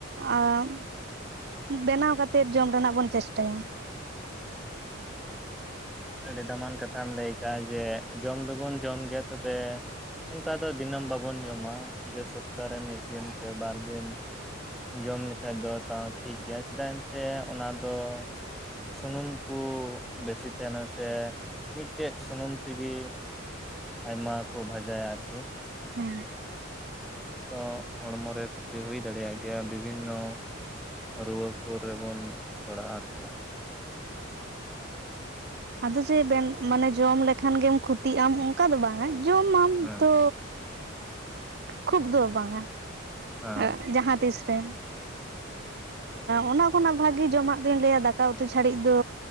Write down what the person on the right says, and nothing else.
ᱟᱢ ᱵᱮᱱᱟᱣ ᱠᱟᱛᱮᱜ ᱡᱚᱢ ᱨᱮᱱᱟᱜ ᱵᱚᱱ ᱪᱮᱥᱴᱟᱭᱟ
ᱦᱮᱸ
ᱟᱫᱚ ᱪᱮᱫ ᱢᱟᱱᱮ ᱡᱚᱢ ᱞᱮᱠᱷᱟᱱ ᱜᱮᱢ ᱠᱷᱚᱛᱤᱜ ᱟᱢ ᱚᱱ ᱠᱟ ᱫᱚ ᱵᱟᱝᱟ ᱡᱚᱢᱟᱢ
ᱛᱚ ᱠᱷᱩᱵ ᱫᱚ ᱵᱟᱝ - ᱟ
ᱮᱫ ᱡᱟᱦᱟᱸᱛᱤᱥ ᱨᱮ ᱚᱱᱟ ᱠᱷᱚᱱᱟᱜ ᱵᱷᱟᱜᱤ ᱡᱚᱢᱟᱜ ᱫᱩᱧ ᱞᱟᱹᱭᱟ ᱫᱟᱠᱟ ᱩᱛᱩ ᱪᱷᱟᱹᱲᱤ ᱫᱚ